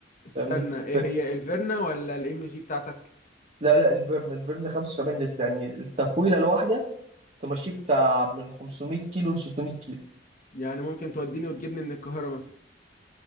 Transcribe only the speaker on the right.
فاهمني
ف...
لا لا الفيرن الفيرن 75 لتر يعني التفويله الواحده تمشيك بتاع من 500 كيلو ل 600 كيلو